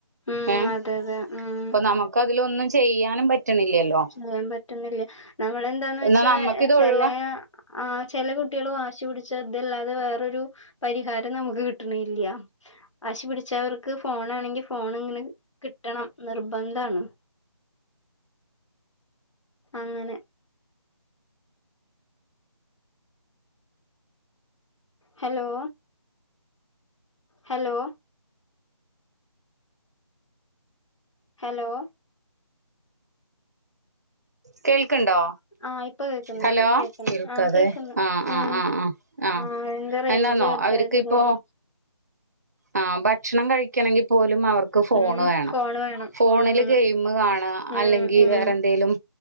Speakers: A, on the left (about 80°); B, on the right (about 35°).
A: ഉം
B: ഏ
A: അതെ അതെ ഉം
B: ഇപ്പൊ നമുക്ക് അതിലൊന്നും ചെയ്യാനും പറ്റണില്ലല്ലോ
A: ചെയ്യാൻ പറ്റ്ന്നില്ല നമ്മളെന്താന്ന്
B: എന്നാ
A: വെച്ചാ
B: നമ്മക്ക് ഇത്
A: ചെലേ
B: ഒഴിവാ
A: ആഹ് ചെലെ കുട്ടികള് വാശി പിടിച്ച ഇതല്ലാതെ വേറൊരു പരിഹാരം നമുക്ക് കിട്ട്ണ്ല്യാ വാശി പിടിച്ച അവർക്ക് ഫോണാണെങ്കിൽ ഫോൺ ഇങ്ങനെ കിട്ടണം നിർബദ്ധാണ് അങ്ങെനേ ഹെലോ ഹെലോ ഹെലോ
B: കേൾക്ണ്ടോ?
A: ആഹ് ഇപ്പൊ കേക്കുന്നുണ്ട്
B: ഹെലോ!
A: കേക്കുന്നു
B: കേൾക്കാതേ
A: ആഹ് കേക്കുന്നു
B: ആ
A: ഉം
B: ആ ആ ആ
A: ആഹ് എന്താ റേഞ്ച്
B: എന്നാന്നോ
A: കട്ടായത്
B: അവർക്കിഇപ്പോ
A: തോന്നുന്നു
B: ആഹ് ഭക്ഷണം കഴിക്കെണങ്കിൽ പോലും അവർ ക്ക് ഫോണ്
A: ഉം
B: വേണം.
A: ഫോണ് വേണം
B: ഫോണിൽ
A: ഫോണ് വേണം
B: ഗെയിം കാണാ
A: ഉം
B: അല്ലെങ്കിൽ
A: ഉം
B: വേറെന്തെ ന്തെങ്കിലും